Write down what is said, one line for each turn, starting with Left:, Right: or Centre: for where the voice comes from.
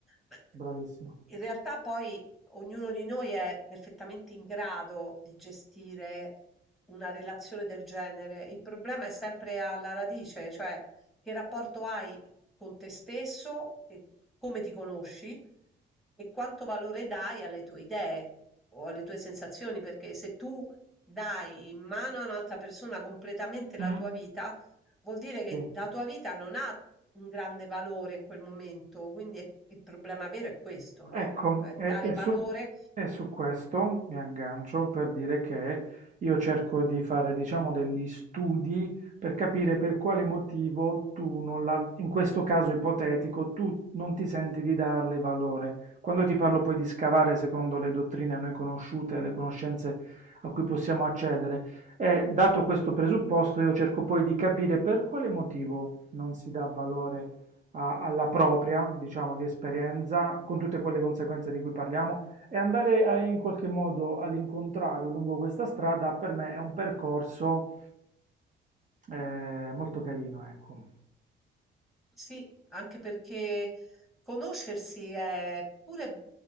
Centre: Ma
Right: bravissimo.
Centre: In realtà poi ognuno di noi è perfettamente in grado di gestire una relazione del genere. Il problema è sempre alla radice, cioè che rapporto hai con te stesso e come ti conosci e quanto valore dai alle tue idee o alle tue sensazioni, perché se tu dai in mano a un'altra persona completamente la
Right: Mm,
Centre: tua vita, vuol dire che
Right: sì.
Centre: la tua vita non ha un grande valore in quel momento, quindi è- il problema vero è questo, no?
Right: Ecco,
Centre: Cioè
Right: e,
Centre: dare
Right: e Ma-
Centre: valore.
Right: su, e su questo mi aggancio per dire che io cerco di fare, diciamo, degli studi per capire per quale motivo tu non la, in questo caso ipotetico, tu non ti senti di darle valore. Quando ti parlo poi di scavare secondo le dottrine a noi conosciute, le conoscenze a cui possiamo accedere, e dato questo presupposto, io cerco poi di capire per quale motivo non si dà valore a- alla propria, diciamo, di esperienza, con tutte quelle conseguenze di cui parliamo, e andare a- in qualche modo all'incontrario lungo questa strada, per me è un percorso eh, molto carino, ecco.
Centre: Sì, anche perché conoscersi è pure